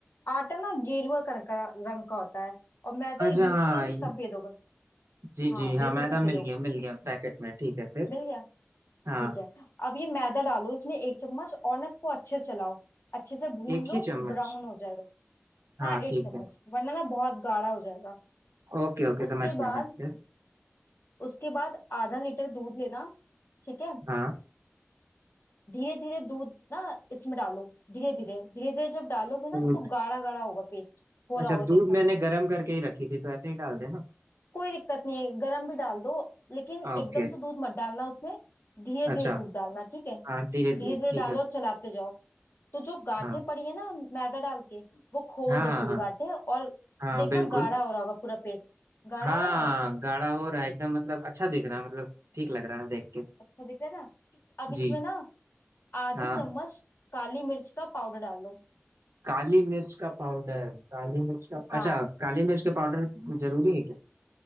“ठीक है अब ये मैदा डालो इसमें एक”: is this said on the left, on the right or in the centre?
Left